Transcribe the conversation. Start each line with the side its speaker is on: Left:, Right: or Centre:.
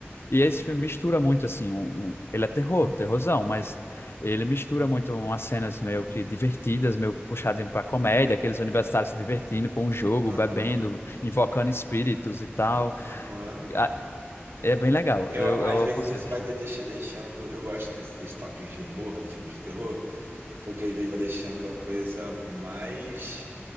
Left: E esse filme mistura muito, assim, um, um- ele é terror, terrorzão, mas ele mistura muito umas cenas meio que divertidas, meio puxadas para comédia, aqueles universitários se divertindo com o jogo,
Right: Aham,
Left: bebendo, invocando espíritos e tal.
Right: aham.
Left: Ah, É bem legal,
Right: Eu,
Left: eu,
Right: às
Left: eu
Right: vezes
Left: aconselho.
Right: isso vai
Left: assim.
Right: de- deixa- deixando. Eu gosto desses toques de humor nos filmes de terror, porque às vezes vai deixando a coisa mais.